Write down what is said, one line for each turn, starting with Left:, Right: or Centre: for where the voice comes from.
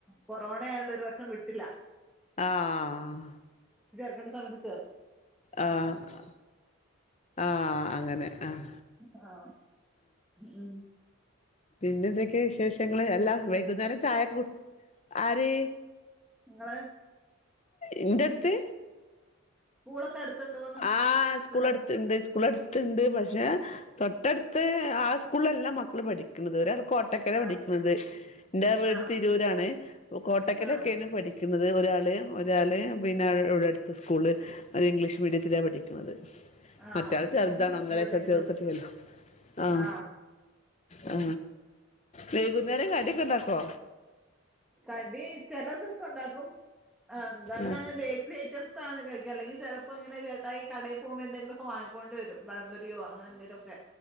Centre: കൊറോണ ആയണ്ട് ഒരു വർഷം വിട്ടില്ല
Left: ആഹ
Centre: സമയത
Left: ആഹ ആഹ അങ്ങനെ ആഹ
Centre: ആഹ ഉ
Left: പിന്നെ ന്തൊക്കെ വിശേഷ ങ്ങള് അല്ലാ വൈകുന്നേരം ചായ ആര്
Centre: ഇങ്ങള്
Left: ഇന്റെടുത്ത്
Centre: സ്കൂളൊക്കെ അടുത്തുണ്ടോന്ന്
Left: ആഹ് സ്കൂൾ
Centre: പിള്ള
Left: അട്ത്ത്ണ്ട് സ്കൂൾ അട്ത്തുണ്ട് പഷേ തൊട്ടടുത്ത് ആ സ്കൂളെല്ല മക്കൾ പഠിക്കുന്നത് ഒരാൾ കോട്ടക്കല പഠിക്കുന്നത്
Centre: ആ
Left: എന്റെ വീട്
Centre: ആ
Left: തിരൂരാണ് കോട്ടക്കല
Centre: ആ
Left: ഒക്കെയാണ് പഠിക്കുന്നത് ഒരാള് ഒരാള് പിന്നെ ബടെ അടുത്ത സ്കൂള് മീഡിയത്തില പഠിക്കുന്നത്
Centre: ആ
Left: മറ്റാള് ചെറുതാണ്
Centre: ഇവനും
Left: ഒന്നര
Centre: ഇവിടെ
Left: വയസ്സാ
Centre: ഇംഗ്ലീഷ്
Left: ചേർത്തിട്ടില്ലല്ലോ ആഹ
Centre: ആ
Left: ആ വൈകുന്നേരം കടിയൊക്കെ ഉണ്ടാക്കോ
Centre: കടി ചെല ദിവസം ഉണ്ടാക്കും ആ എന്താ അവന
Left: ആഹ്
Centre: അങ്ങനെ ബേക്കറി ഐറ്റംസ് <unintelligible> ചെലപ്പോ ഇങ്ങനെ ചേട്ടായി ഈ കടേ പോകുമ്പോ എന്തെങ്കിലും വാങ്ങിക്കൊണ്ട് വരും പഴം പൊരിയോ അങ്ങനെ എന്തെലുമൊക്കെ